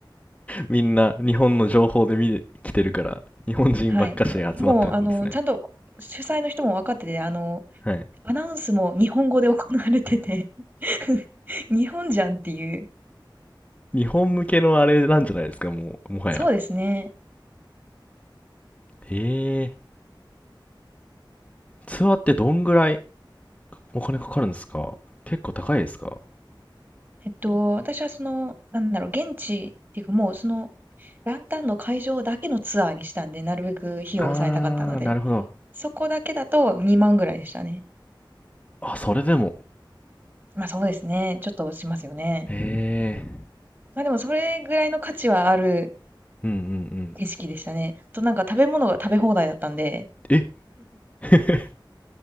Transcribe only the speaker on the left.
みんな日本の情報で見てきてるから、日本人ばっかしが集まってるんですね。
はい。
日本向けのあれなんじゃないですか、もう、もはや。
へえ。ツアーってどんぐらいお金かかるんですか結構高いですか
あー、なるほど。
あ、それでも。
へえ。
うんうんうん。
え <laughs>